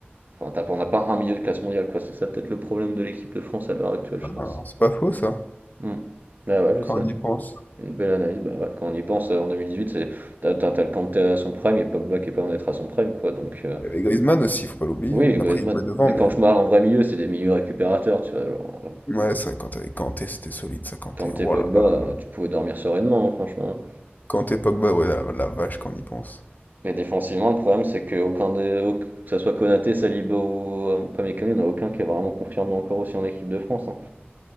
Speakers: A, on the right; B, on the left.
A: Enfin, t'as- pas on n'a pas un milieu de classe mondiale, quoi. C'est ça peut-être le problème de l'équipe de France à l'heure actuelle, je
B: Ah,
A: pense.
B: non, c'est pas faux, ça,
A: Hmm. Bah ouais, je
B: quand
A: sais.
B: on y pense.
A: Une belle analyse. Bah ouais, quand on y pense, euh, en 2018, c'est t'as t'as- t'as le Kanté à son prime et Pogba qui est pas en être à son prime, quoi. Donc, euh,
B: Il y avait Griezmann aussi, faut pas l'oublier.
A: Oui,
B: hein.
A: Griezmann.
B: Après, il jouait devant,
A: Mais
B: mais...
A: quand je parle en vrai milieu, c'est des milieux récupérateurs, tu vois. genre, euh,
B: Ouais, c'est vrai, quand t'avais Kanté, c'était solide, ça, Kanté.
A: quand t'es
B: Oh
A: Pogba,
B: là là là là.
A: euh, tu pouvais dormir sereinement, hein, franchement.
B: Quand t'es Pogba, ouais, la, la vache, quand on y pense.
A: Mais défensivement, le problème, c'est que aucun des, au- que ça soit Konaté, Saliba ou euh, Upamecano, il n'y en a aucun qui est vraiment confirmé encore aussi en équipe de France. hein.